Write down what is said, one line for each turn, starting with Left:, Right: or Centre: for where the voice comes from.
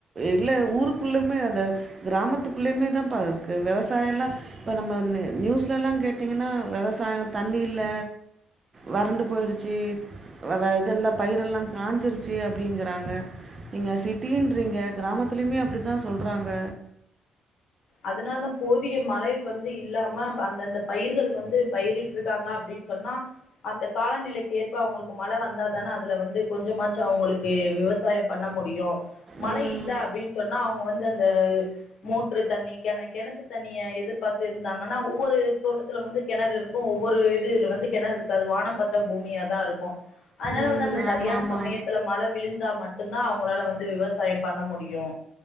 Right: இல்ல ஊருக்குள்ளுமே அந்த கிராமத்துக்குள்ளயிமேதாம்பா இருக்கு வெவசாய எல்லா இப்ப நம்ம நி நியூஸ்லெல்லா கேட்டீங்கன்னா வெவ சாயோ தண்ணி இல்ல வறண்டு போயிருச்சி வ வ இதெல்லா பயிரெல்லா காஞ்சிருச்சி அப்டிங்கறாங்க நீங்க சிட்டின்றிங்க கிராமத்திலியிமே அப்டிதா சொல்றாங்க
Left: அதுனால் தா போதிய மழை வந்து இல்லாம ப அந்தந்த பயிர்கள் வந்து பயிரிட்ருக்காங்க அப்டி சொன்னா அந்த காலநிலைக்கு ஏற்ப அவுங்களுக்கு மழ வந்தா தான அதுல வந்து கொஞ்சமாச்சு அவுங்களுக்கு விவசாயம் பண்ண முடியு மழை
Right: ம்
Left: இல்ல அப்டின் சொன்னா அவுங்க வந்து அந்த மோட்ரு தண்ணி கெண கெணத்து தண்ணிய எதிர்பாத்து இருந்தாங்கன்னா ஒவ்வொரு தோட்டத்தில வந்து கெணறு இருக்கு ஒவ்வொரு இது இதுல வந்து கெணறு இருக்காது வானம் பாத்த பூமியாதாருக்கு அதுனால
Right: ம்
Left: வந்து அந்த சரியான
Right: ஆமா ஆமா
Left: சமயத்துல மழை விழுந்தா மட்டுந்தா அவுங்ளால வந்து விவ சாயம் பண்ண முடியு